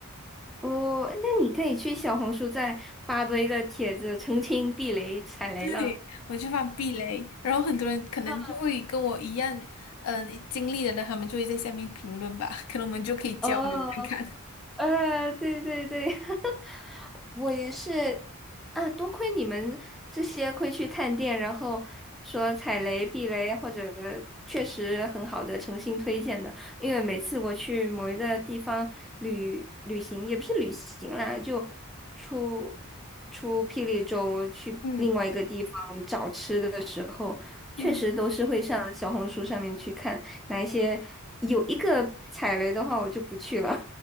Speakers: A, in the centre; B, on the left.
A: 哦，那你可以去小红书再发多一个帖子，澄清避雷踩雷了。
B: <laughs> 对，我就放避雷，然后很多人可能就会跟我一样，
A: <laughs>
B: 嗯、经历的人，他们就会在下面评论吧，可能我们就可以交流看看。
A: 哦。呃，对对对，<laughs> 我也是啊，多亏你们这些会去探店，然后说踩雷、避雷，或者确实很好的诚心推荐的。因为每次我去某一个地方旅旅行，也不是旅行啦，就出出霹雳州去另外一个地方找吃的的时候，
B: 嗯
A: 确实都是会上小红书上面去看哪一些有一个踩雷的话，
B: 嗯。
A: 我就不去了。